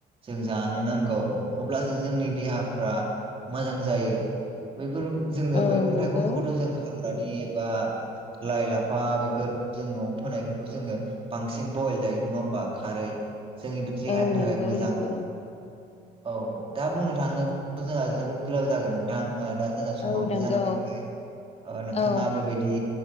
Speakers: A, on the right; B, on the left.
A: जों जानो नांगौ अब्लासो जोंनि देहाफ्रा मोजां जायो। बैफोर जोङो
B: औ
A: मैगं
B: नंगौ
A: थाइगंखौथ' जों हाग्रानि एबा लाइ लाफा बेफोर जों न'आव फोनायफोरखौ जोङो बांसिन बयल जायो नङा होमबा खारै जोंनि देहानि
B: औ नंगौ
A: थाखाय मोजां।
B: नंगौ
A: औ दा बुंनो थाङोब जोंहा जोबोद गोलाव जागोन नोंथां दा जोंना समावनो
B: औ नंगौ
A: जाना फैबाय नोंथाङा
B: औ
A: बेबायदि